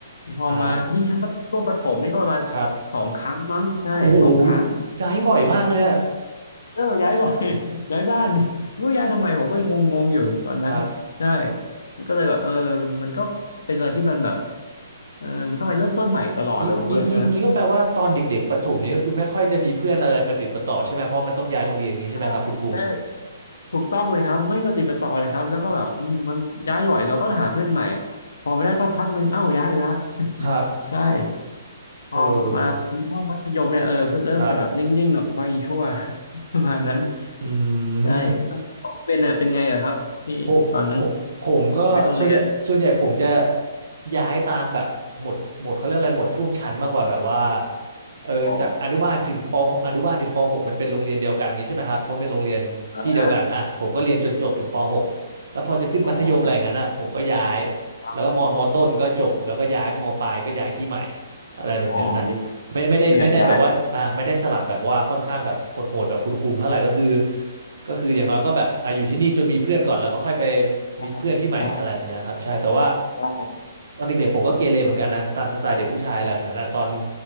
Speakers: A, on the left (about 80°); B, on the right (about 85°).
A: พอมายิ่งชั้นประช่วงประถมนี่ก็ประมาณ
B: อ่าครับ
A: สองครั้งมั้งใช่สองครั้ง
B: โอ้โหย้ายบ่อยมากเลยอะ
A: เออย้ายบ่อย <laughs> ย้ายบ้านไม่รู้ย้ายทำไมผมก็ยังงงๆอยู่ตอนนั้นใช่
B: ครับ
A: มันก็เลยแบบเออมันก็เป็นอะไรที่มันแบบเออมันต้องไปเริ่มต้นใหม่ตลอดเลยผมก็เลยเออ
B: งี้งี้งี้งี้ก็แปลว่าตอนเด็กๆประถมนี้ก็คือไม่ค่อยจะมีเพื่อนอะไรประติดประต่อใช่ไหมเพราะมันต้องย้ายโรงเรียนอย่างนี้ใช่ไหมครับคุณคุง
A: ใช่ใช่ ถูกต้องเลยครับไม่ปฏิดปะต่อเลยครับแล้วก็แบบอืมมันย้ายหย่อยเราก็หาเพื่อนใหม่พอไปได้สักพักหนึ่งเอ้าย้ายอีกละ
B: ครับ
A: ใช่พอมาห้องมัธยมเนี่ยเออเพิ่งเริ่มจะแบบนิ่งๆหน่อยเพราะยังชั่ว
B: เออครับ
A: <laughs> ประมาณนั้น
B: อื
A: ใช่
B: ม
A: ของเป็นอ่ะเป็นไงอะครับที่ตอนนั้น
B: ผมผมผมก็ส่วนใหญ่ส่วนใหญ่ผมจะ
A: ชีวิตโรงเรียน
B: ย้ายตามแบบหมวดหมวดเขาเรียกอะไรหมวดช่วงชั้นมากกว่าแบบว่าเออจากอนุบาลถึงปอนุบาลถึงป
A: อ๋อ
B: .6 มันเป็นโรงเรียนเดียวกันอย่างงี้ใช่ไหมครับเพราะเป็นโรงเรียนที่เดียวกันอ่ะผมก็เรียนจนจบถึงป
A: นะฮะ
B: .6 แล้วพอจะขึ้นมัธยมอะไรอย่างนั้นอ่ะผมก็ย้าย
A: อ๋อครับ
B: แล้วก็มมต้นก็จบแล้วก็ย้ายมปลายก็ย้ายที่ใหม่อะไรแบบนั้นน่ะไม่ได้ไม่ได้ไม่ได้แบบว่าอ่าไม่ได้สลับแบบว่าค่อนข้างแบบโหดๆแบบคุณคุงเท่าไหร่ก็คือ
A: อ๋อนี่ไม่มีหลายย้าย
B: ก็คืออย่างน้อยก็แบบอ่ะอยู่ที่นี่จนมีเพื่อนก่อนแล้วก็ค่อยไป
A: ใช่
B: มีเพื่อนที่ใหม่อะไรแบบเนี้ยครับใช่แต่ว่า
A: ใช่ใช่
B: ตอนเด็กๆผมก็เกเรเหมือนกันนะตามสไตล์เด็กผู้ชายอะไรแบบนั้นนะตอน